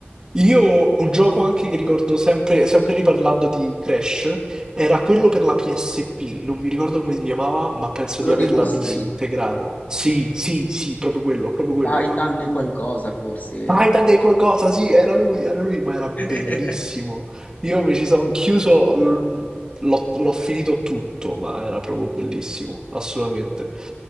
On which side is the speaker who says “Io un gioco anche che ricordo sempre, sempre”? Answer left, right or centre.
Right